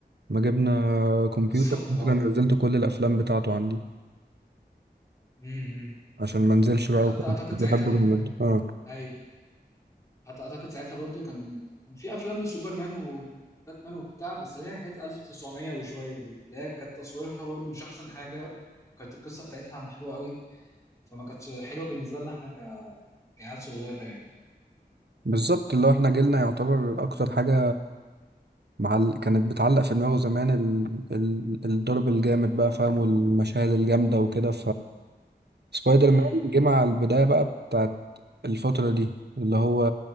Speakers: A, on the right (about 70°); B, on the left (about 20°).
A: ما جبنا كمبيوتر
B: بالظبط اه
A: أنا نزلت كل الأفلام بتاعته عندي
B: امم
A: عشان ما انزلش بقى
B: وحتى
A: وكده
B: اعتقد
A: كنت
B: ساعتها
A: بحبه جامد اه
B: ايوه حتى اعتقد ساعتها برضو كان كان في افلام لسوبرمان وباتمان وبتاع بس اللي هي حاجات 1900 وشويه دي اللي هي كانت تصويرها برضو مش احسن حاجه وكانت القصه بتاعتها محروقه قوي فما كانتش حلوه بالنسبه لنا احنا ك... كعيال صغيره يعني
A: بالظبط اللي هو احنا جيلنا يعتبر أكتر حاجة معل... كانت بتعلق في دماغه زمان ال... ال... الضرب الجامد بقى فاهم والمشاهد الجامدة وكده سبايدر
B: امم
A: مان جه مع البداية بقى بتاعت الفترة دي اللي هو